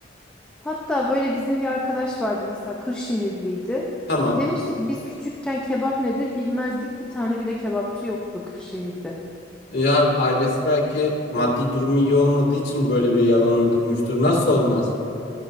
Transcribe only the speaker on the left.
Tamam.
Ya ailesi belki maddi durumu iyi olmadığı için böyle bir yalan uydurmuştur. Nasıl olmaz?